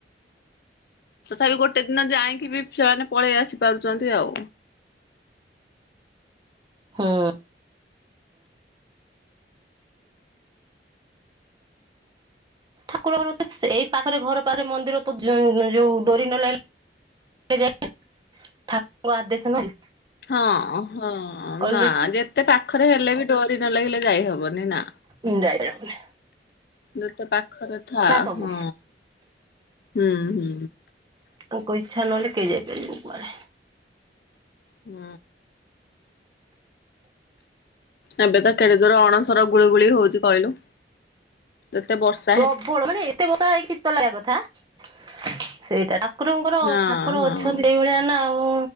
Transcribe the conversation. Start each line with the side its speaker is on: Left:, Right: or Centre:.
Left: ତଥାପି ବି ଗୋଟେ ଦିନ ଯାଇକି ବି ସେମାନେ ପଳେଇ ଆସି ପାରୁଚନ୍ତି ଆଉ।
Right: ହୁଁ। କଲ୍ କର ମତେ। ଏଇ ପାଖରେ ଘର ପାଖରେ ମନ୍ଦିର ପୋତୁଚନ୍ତି ଯୋଉ ଯୋଉ ଡୋରି ନ ଲଗି ସେ ଯାଇ ଠାକୁରଙ୍କ ଆଦେଶ ନହେଲେ
Left: ହଁ ହଁ
Right: କଲେ
Left: ନା
Right: କି
Left: ଯେତେ ପାଖରେ ହେଲେ ବି ଡୋରି ନ ଲାଗିଲେ ଯାଇହବନି ନା।
Right: Indirect.
Left: ଯେତେ ପାଖରେ ଥା
Right: ଯାହା ସବୁ
Left: ହଁ ହୁଁ ହୁଁ
Right: ତାଙ୍କ ଇଚ୍ଛା ନହେଲେ କେହି ଯାଇପାରିବେନି କୁଆଡ଼େ।
Left: ହୁଁ। ଏବେ ତ କେଡେ ଜୋର ଅଣସର ଗୁଳୁଗୁଳି ହଉଛି କହିଲୁ। ଯେତେ ବର୍ଷ
Right: ପ୍ରବଳ ମାନେ ଏତେ ବର୍ଷା ହେଇକି ଶିତ ଲାଗିବା କଥା ସେଇଟା ଠାକୁରଙ୍କର
Left: ହଁ
Right: ଠାକୁର
Left: ହଁ।
Right: ଅଛନ୍ତି ଏଇଭଳିଆ ନା ଆଉ